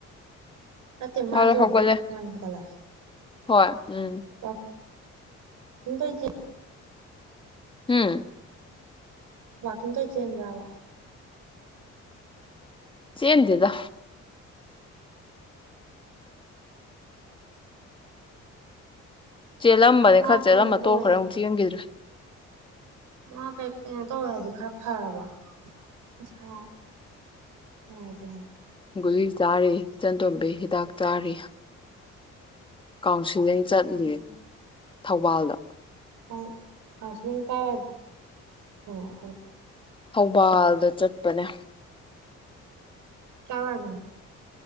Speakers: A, on the right (about 80°); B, on the left (about 15°).
A: ꯅꯇꯩ
B: ꯃꯥꯗꯣ
A: ꯃꯥꯁꯨ
B: ꯍꯧꯒꯠꯂꯦ
A: ꯑꯗꯨꯝ ꯉꯟꯅ ꯍꯧꯒꯠꯂꯦ
B: ꯍꯣꯏ ꯎꯝ
A: ꯋꯥꯀꯤꯡ <unintelligible>
B: ꯍꯝ
A: ꯋꯥꯀꯤꯡ ꯀꯥꯏ ꯆꯦꯟ ꯕ꯭ꯔꯥꯕ
B: ꯆꯦꯟꯗꯦꯗ ꯆꯦꯜꯂꯝꯕꯅꯦ
A: ꯃꯥ
B: ꯈꯔ
A: ꯀꯩꯅꯣ
B: ꯆꯦꯜꯂꯝꯃ
A: ꯇꯧꯋꯦ
B: ꯇꯣꯛꯈꯔꯦ
A: ꯍꯥꯏ
B: ꯑꯃꯨꯛ ꯆꯦꯟꯈꯤꯗ꯭ꯔꯦ
A: ꯃꯥ ꯀꯩ ꯀꯦꯅꯣ ꯇꯧꯋꯦ ꯍꯥꯏꯗꯤ ꯈꯔ ꯐꯔꯕꯣ ꯃꯁꯥ ꯅꯨꯡꯉꯥꯏꯇꯦ ꯍꯥꯏꯕꯗꯣ
B: ꯨꯒꯨꯂꯤ ꯆꯥꯔꯤ ꯆꯟꯇꯣꯝꯕꯤ ꯍꯤꯗꯥꯛ ꯆꯥꯔꯤ ꯀꯥꯎ <unintelligible>
A: ꯎꯝ
B: ꯊꯧꯕꯥꯜꯗ
A: <unintelligible>
B: ꯊꯧꯕꯥꯜꯗ ꯆꯠꯄꯅꯦ
A: ꯆꯥꯎ ꯌꯥꯗꯝꯅꯦ